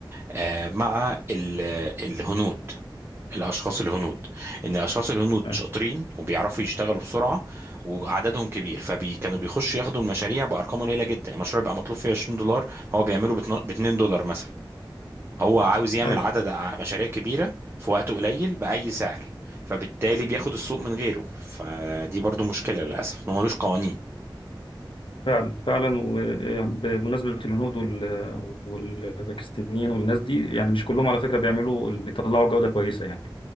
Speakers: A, on the right; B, on the left.
A: آه، مع ال- الهنود الاشخاص الهنود ان الاشخاص الهنود
B: مم.
A: شاطرين وبيعرفوا يشتغلوا بسرعه وعددهم كبير فكانوا بيخشوا ياخدوا المشاريع بارقام قليله جدا المشروع يبقى مطلوب فيه 20 دولار هو بيعمله ب 2 دولار مثلا هو عاوز يعمل
B: أيوة.
A: عدد ع- مشاريع كبيره في وقت قليل باي سعر فبالتالي بياخد السوق من غيره فدي برضو مشكله للاسف انه ملوش قوانين
B: فعلا فعلا وبمناسبة الهنود وال- والباكستانيين والناس دي يعني مش كلهم على فكرة بيعملوا بيطلعوا جودة كويسة يعني